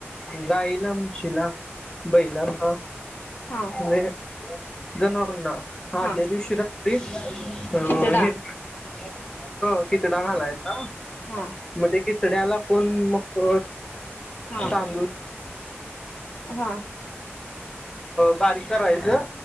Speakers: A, on the left; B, on the left.
A: गाईला, म्हशीला बैलांना
B: हा
A: म्हणजे जनावरांना
B: हा
A: आदल्या दिवशी रात्री हो
B: खिचडा
A: हे हो खिचडा घालायचा.
B: हा
A: मग ते खिचड्याला कोण मग
B: हा
A: तांदूळ
B: हा
A: बारीक करायचं